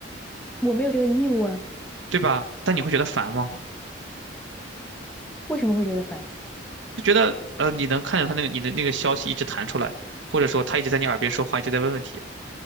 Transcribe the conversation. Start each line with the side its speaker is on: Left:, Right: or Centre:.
Centre: 我没有这个义务啊，
Right: 对吧？但你会觉得烦吗？
Centre: 为什么会觉得烦？
Right: 就觉得呃，你能看见他那个你的那个消息一直弹出来，或者说他一直在你耳边说话，一直在问问题